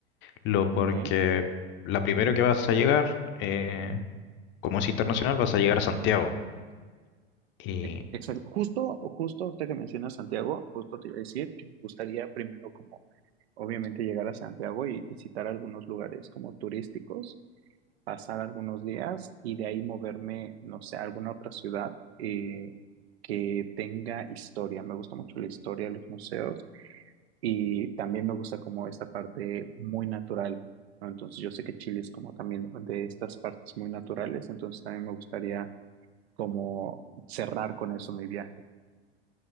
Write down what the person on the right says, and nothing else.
¿ok?
E-
Exacto. Justo, justo ahorita que mencionas Santiago, justo te iba a decir que me gustaría primero como obviamente llegar a Santiago y visitar algunos lugares como turísticos, pasar algunos días y de ahí moverme, no sé, a alguna otra ciudad eh, que tenga historia. Me gusta mucho la historia, los museos y también me gusta como esta parte muy natural, ¿no? Entonces yo sé que Chile es como también de estas partes muy naturales, entonces también me gustaría como cerrar con eso mi viaje,